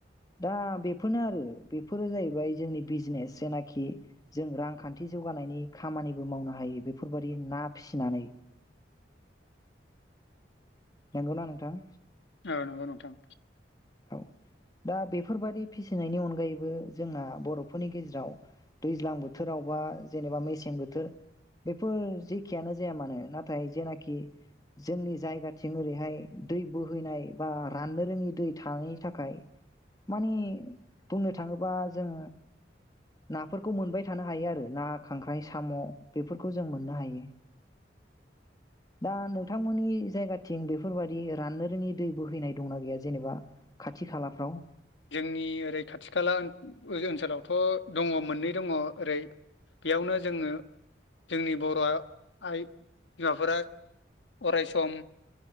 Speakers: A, on the left; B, on the left.
A: दा बे <unintelligible> आरो बेफोरो जाहैबाय जोंनि बिजनेस जेनाखि जों रांखान्थि जौगानायनि खामानिबो मावनो हायो बेफोरबादि ना फिसिनानै। नंगौना नोंथां।
B: औ नंगौ नोंथां।
A: औ दा बेफोरबादि फिसिनायनि अनगायैबो जोंना बर'फोरनि गेजेराव दैज्लां बोथोराव बा जेनेबा मेसें बोथोर बेफोर जेखियानो जाया मानो, नाथाय जेनाखि जोंनि जायगाथिं ओरैहाय दै बोहैनाय बा राननो रोङि दै थाङि थाखाय मानि बुंनो थाङोबा जों नाफोरखौ मोनबाय थानो हायो आरो ना, खांख्राइ, साम' बेफोरखौ जों मोननो हायो। दा नोंथांमोननि जायगाथिं बेफोरबादि राननो रोङि दै बोहैनाय दंना गैया? जेनेबा खाथि खालाफ्राव
B: जोंनि ओरै खाथि- खाला ओन -ओ- ओनसोलावथ' दङ मोननै दङ ओरै बेयावनो जोङो जोंनि बर' आइ बिमाफोरा अराय सम